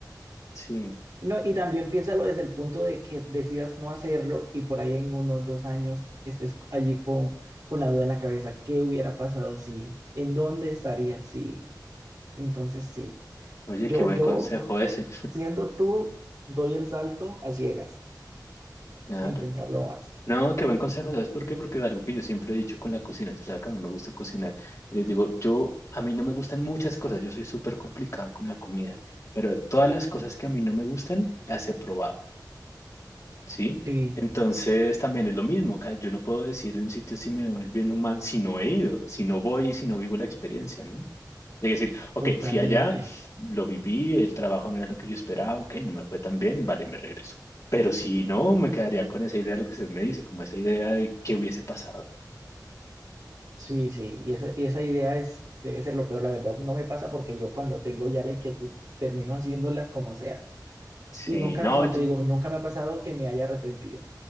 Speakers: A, on the left; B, on the right.
A: sí.
B: No, y también piénsalo desde el punto de que decidas no hacerlo y por ahí en unos dos años estés allí con, con la duda en la cabeza, ¿qué hubiera pasado si, en dónde estaría si? Entonces sí,
A: Oye,
B: yo,
A: qué buen
B: yo
A: consejo ese.
B: siendo tú, doy el salto a ciegas,
A: Claro.
B: sin pensarlo más.
A: No, qué buen consejo, ¿sabes por qué? Porque es algo que yo siempre he dicho con la cocina, tú sabes que a mí me gusta cocinar. Y Les digo, yo, a mí no me gustan muchas cosas, yo soy súper complicado con la comida, pero todas las cosas que a mí no me gustan, las he probado. ¿sí?
B: Sí,
A: Entonces también es lo mismo, ca- yo no puedo decir en un sitio si me va a ir bien o mal si no he ido, si no voy y si no vivo la experiencia, ¿no? Es decir, ok,
B: totalmente.
A: fui allá, lo viví, el trabajo no era lo que yo esperaba, ok, no me fue tan bien, vale, me regreso. Pero si no, me quedaría con esa idea de lo que usted me dice, como esa idea de qué hubiese pasado.
B: Sí, sí, y esa, y esa idea es, debe ser lo peor, la verdad, no me pasa porque yo cuando tengo ya la inquietud termino haciéndola como sea.
A: Sí,
B: Y nunca,
A: no,
B: como te digo, nunca me ha pasado que me haya arrepentido.